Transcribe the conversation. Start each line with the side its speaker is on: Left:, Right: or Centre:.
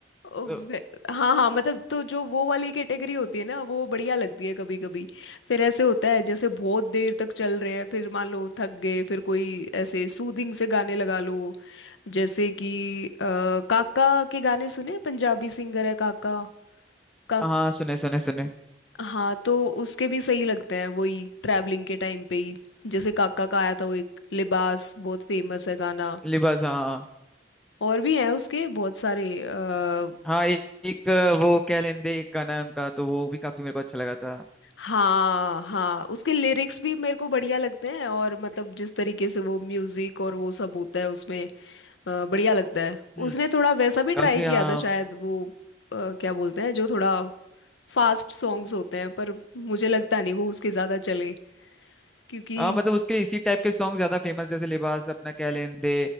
Left: वे-
Centre: तो
Left: हाँ हाँ मतलब तो जो वो वाली कैटेगरी होती है ना वो बढ़िया लगती है कभी कभी फिर ऐसे होता है जैसे बहुत देर तक चल रहे हैं फिर मान लो थक गए फिर कोई ऐसे सूदिंग से गाने लगा लो जैसे कि अ, काका के गाने सुने पंजाबी सिंगर है काका का,
Centre: हाँ सुने सुने सुने
Left: हाँ तो उसके भी सही लगते हैं वही ट्रैवलिंग के टाइम पे ही जैसे काका का आया था वो एक लिबास बहुत फेमस है गाना
Centre: लिबास हाँ
Left: और भी हैं उसके बहुत सारे आ,
Centre: हाँ एक, एक वो कह लेंदे एक गाना है उनका तो वो भी काफी मेरे को अच्छा लगा था
Left: हाँ हाँ उसके लिरिक्स भी मेरे को बढ़िया लगते हैं और मतलब जिस तरीके से वो म्यूजिक और वो सब होता है उसमें अ, बढ़िया लगता है
Centre: हम्म
Left: उसने थोड़ा वैसा भी
Centre: काफी
Left: ट्राई किया
Centre: हाँ
Left: था शायद वो अ, क्या बोलते हैं जो थोड़ा फास्ट सॉन्ग्स होते हैं पर मुझे लगता नहीं वो उसके ज़्यादा चले क्योंकि
Centre: हाँ मतलब उसके इसी टाइप के सॉन्ग ज्यादा फेमस जैसे लिबास अपना कह लेन दे